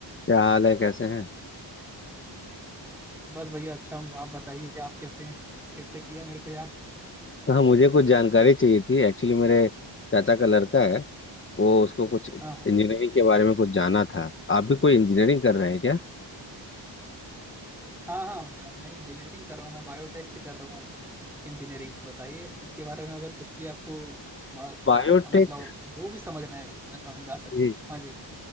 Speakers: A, on the left (about 25°); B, in the centre.
A: क्या हाल है कैसे हैं
B: बस भैया अच्छा हूँ आप बताइए आप कैसे हैं कैसे किया मेरे को याद
A: तो हाँ मुझे कुछ जानकारी चाहिए थी एक्चुअली मेरे चाचा का लड़का है वो उसको कुछ इंजीनियरिंग
B: हाँ हाँ
A: के बारे में कुछ जानना था आप भी कोई इंजीनियरिंग कर रहे हैं क्या
B: हाँ हाँ भैया मैं इंजीनियरिंग कर रहा हूँ मैं बायोटेक से कर रहा हूँ अभी इंजीनियरिंग बताइए इसके बारे में अगर कुछ भी आपको नॉ-
A: बायोटेक
B: अ, मतलब जो भी समझना है मैं समझा सकता
A: जी
B: हाँ जी